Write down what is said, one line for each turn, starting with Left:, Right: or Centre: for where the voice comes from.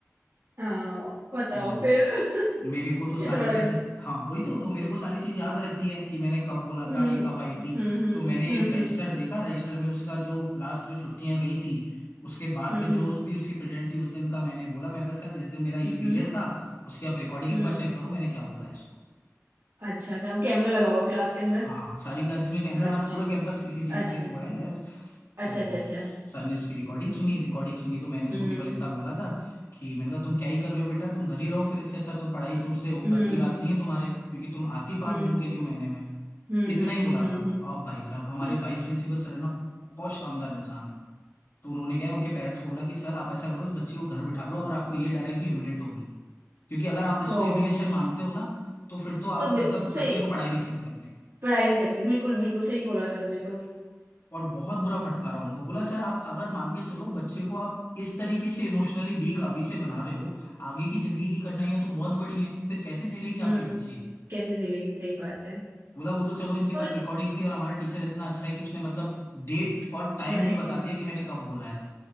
Right: हाँ बताओ
Left: करो
Right: फिर <laughs>
Left: मेरे को तो सारी
Right: ये तो बड़ा
Left: चीजें
Right: गंदा
Left: हाँ वही तो तो मेरे को सारी चीज याद रहती है कि मैंने कब बोला
Right: हम्म
Left: था ये कब आई थी
Right: हम्म हम्म
Left: तो मैंने रजिस्टर
Right: हम्म
Left: देखा रजिस्टर में उसका जो लास्ट जो छुट्टियां गई थी उसके बाद
Right: हम्म
Left: में जो
Right: हम्म
Left: उस भी उसकी प्रेजेंट थी उस दिन का मैंने बोला मैंने कहा सर इस दिन मेरा ये
Right: हम्म,
Left: पीरियड
Right: हम्म।
Left: था उसकी आप रिकॉर्डिंग
Right: हम्म।
Left: एक बार चेक करो मैंने क्या बोला है
Right: अच्छा अच्छा हम कैमरा लगा हुआ क्लास के अंदर
Left: हाँ सारी क्लासेस में कैमरा
Right: अच्छा
Left: हमारा पूरा कैंपस सीसीटीवी
Right: अच्छा
Left: से हुआ है लेस
Right: अच्छा
Left: तो
Right: अच्छा अच्छा
Left: सर ने उसकी रिकॉर्डिंग सुनी रिकॉर्डिंग सुनी तो मैंने उसको
Right: हम्म
Left: केवल इतना बोला था कि मैंने कहा तुम क्या ही कर रहे हो बेटा तुम घर ही रहो फिर इससे अच्छा तो पढ़ाई तुमसे हो-
Right: हम्म
Left: बस की बात नहीं है तुम्हारे क्योंकि तुम आती पाँच
Right: हम्म
Left: दिन के लिए हो महीने में
Right: हम्म
Left: इतना
Right: हम्म
Left: ही बोला
Right: हम्म
Left: था
Right: हम्म
Left: अब भाई साहब हमारे
Right: हम्म।
Left: वाइस प्रिंसिपल सर है ना बहुत शानदार इंसान है तो उन्होंने क्या है, उनके पेरेंट्स को बोला कि सर आप ऐसा करो इस बच्ची को घर बिठा लो अगर आपको ये डर है कि ह्यूमिलेट होगी क्योंकि अगर आप इसको
Right: हो
Left: ह्यूमिलेशन मानते हो ना तो फिर तो आप
Right: तो बि-
Left: मतलब
Right: सही
Left: बच्चे को पढ़ा ही नहीं सकते अपने
Right: पढ़ा ही नहीं सकते बिल्कुल बिल्कुल सही बोला सर ने तो
Left: और बहुत बुरा फटकारा उनको बोला सर आप अगर मान के चलो बच्चे को आप इस तरीके से इमोशनली वीक अभी से बना रहे हो आगे की जिंदगी की कठिनाइयां तो बहुत बड़ी हैं फिर कैसे चलेगी
Right: हम्म
Left: आपकी बच्ची
Right: कैसे चलेगी सही बात है
Left: बोला वो तो चलो इनके
Right: और
Left: पास रिकॉर्डिंग थी और हमारा टीचर इतना अच्छा है कि उसने मतलब डेट और टाइम
Right: बल-
Left: भी बता दिया कि मैंने कब बोला है